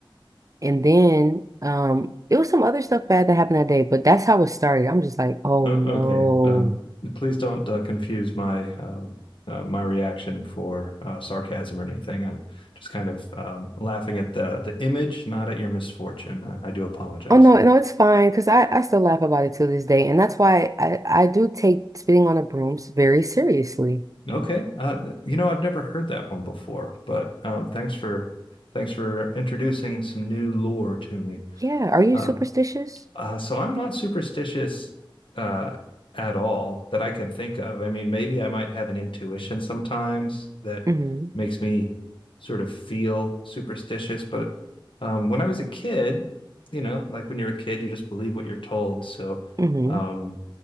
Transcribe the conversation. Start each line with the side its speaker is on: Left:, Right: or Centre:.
Right: and then um it was some other stuff bad that happened that day, but that's how it started. I'm just like, oh
Left: Uh,
Right: no.
Left: okay. Um, please don't uh, confuse my um, uh, my reaction for uh, sarcasm or anything. I'm just kind of um, laughing at the the image, not at your misfortune. I, I do apologize,
Right: Oh no,
Left: though.
Right: no, it's fine because I, I still laugh about it to this day, and that's why I, I do take spitting on the brooms very seriously.
Left: Okay. Uh, you know, I've never heard that one before, but um, thanks for thanks for introducing some new lore to me.
Right: Yeah, are you
Left: Um,
Right: superstitious?
Left: uh, so I'm not superstitious uh, at all that I can think of. I mean, maybe I might have an intuition sometimes that
Right: Mm-hmm.
Left: makes me sort of feel superstitious, but um, when I was a kid, you know, like when you're a kid, you just believe what you're told. So
Right: Mm-hmm.
Left: um,